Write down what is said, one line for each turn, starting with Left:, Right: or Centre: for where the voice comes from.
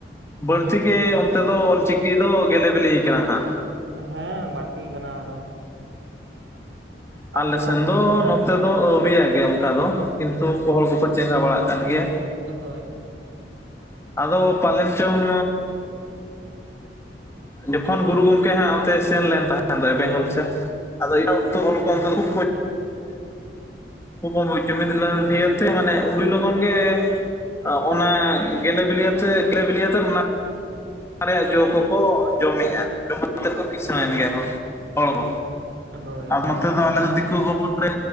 Left: ᱵᱟᱹᱲᱛᱤ ᱜᱮ ᱚᱱᱛᱮ ᱫᱚ ᱚᱞᱪᱤᱠᱤ ᱫᱚ ᱜᱮᱹᱞᱮ ᱵᱤᱞᱤ ᱟᱠᱟᱱᱟ ᱦᱟᱸᱜ᱾
Right: ᱦᱮᱸ ᱵᱟᱹᱲᱛᱤ ᱟᱠᱟᱱᱟ ᱟᱨᱚᱸ᱾
Left: ᱟᱞᱮ
Right: ᱡᱟᱦᱟᱸ
Left: ᱥᱮᱱ ᱫᱚ ᱱᱚᱛᱮ
Right: ᱦᱮᱸ
Left: ᱫᱚ ᱟᱹᱣᱨᱤᱭᱟᱜ ᱜᱮᱭᱟ ᱚᱱᱠᱟ ᱫᱚ᱾ ᱠᱤᱱᱛᱩ
Right: ᱦᱳᱭ
Left: ᱦᱚᱲ ᱠᱚᱠᱚ ᱪᱮᱸᱜᱷᱟᱣ ᱵᱟᱲᱟᱜ ᱠᱟᱱ ᱜᱮᱭᱟ᱾
Right: ᱦᱳᱭ
Left: ᱟᱫᱚ ᱯᱟᱞᱮᱱ ᱪᱚᱝ ᱡᱚᱠᱷᱚᱱ ᱜᱩᱨᱩ ᱜᱚᱝᱠᱮ ᱦᱟᱸᱜ ᱚᱱᱛᱮ ᱥᱮᱱ ᱞᱮᱱ ᱛᱟᱦᱮᱸ ᱫᱚ ᱵᱮᱝᱜᱚᱞ ᱥᱮᱫ ᱟᱫᱚ ᱤᱱᱟᱹ ᱚᱠᱛᱚ ᱜᱚᱢᱠᱮ
Right: ᱦᱳᱭ
Left: <unintelligible> ᱩᱱᱠᱩ ᱠᱚ ᱡᱩᱢᱤᱫ ᱞᱮᱱ ᱫᱤᱭᱟ
Right: ᱦᱳᱭ
Left: ᱛᱮ ᱢᱟᱱᱮ ᱩᱹᱰᱤ ᱞᱚᱜᱚᱱ ᱜᱮ ᱚᱱᱟ ᱜᱮᱞᱮ ᱵᱤᱞᱤᱭᱟᱛᱮᱜ ᱜᱮᱞᱮ ᱵᱤᱞᱤᱭᱟ ᱛᱮᱜ ᱚᱱᱟ ᱚᱱᱟ ᱨᱮᱭᱟᱜ ᱡᱚ ᱠᱚᱠᱚ ᱡᱚᱢᱮᱜᱼᱟ ᱡᱚᱢ ᱠᱟᱛᱮ ᱠᱚ ᱠᱤᱥᱟᱹᱬᱮᱱ
Right: ᱦᱳᱭ
Left: ᱜᱮ ᱦᱚᱲ᱾ ᱦᱚ
Right: ᱦᱳᱭ
Left: ᱟᱨ ᱱᱚᱛᱮ ᱫᱚ
Right: ᱦᱩᱸ
Left: ᱟᱞᱮ ᱫᱤᱠᱩ ᱵᱷᱚᱵᱚᱱ ᱨᱮ